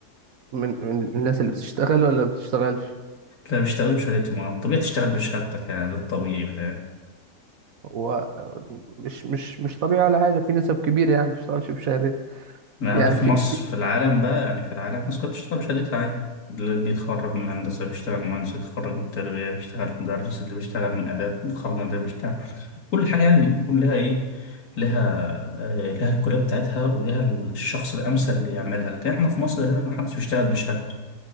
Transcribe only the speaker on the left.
لا بيشتغلش بشهادتهم آه، الطبيعي تشتغل بشهادتك يعني ده الطبيعي فاهم؟
ما
ده في
مصر
في العالم بقى يعني في العالم الناس كلها بتشتغل بشهادتها عادي اللي بيتخرج من هندسة بيشتغل مهندس اللي بيتخرج من تربية بيشتغل مدرس اللي بيشتغل من آداب بيتخرج من آداب بيشتغل كل حاجة يعني يكون لها إيه لها آه، لها الكلية بتاعتها ولها الشخص الأمثل اللي يعملها لكن إحنا في مصر هنا محدش بيشتغل بشهادته